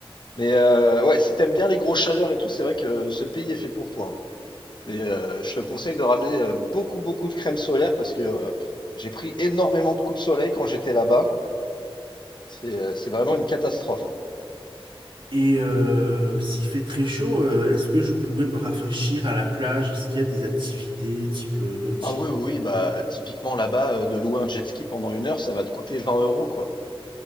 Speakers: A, on the left; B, on the right.
A: Mais euh, ouais, si t'aimes bien les grosses chaleurs et tout, c'est vrai que ce pays est fait pour toi. hein. Mais euh, je te conseille de ramener euh, beaucoup, beaucoup de crème solaire parce que euh, j'ai pris énormément de coups de soleil quand j'étais là-bas. C'est euh, c'est vraiment une catastrophe.
B: Et euh, s'il fait très chaud, euh, est-ce que je pourrais me rafraîchir à la plage? Est-ce qu'il y a des activités type euh, nautique?
A: Ah oui, oui, oui, bah typiquement là-bas, euh, de louer un jet ski pendant une heure, ça va te coûter 20 euros, quoi.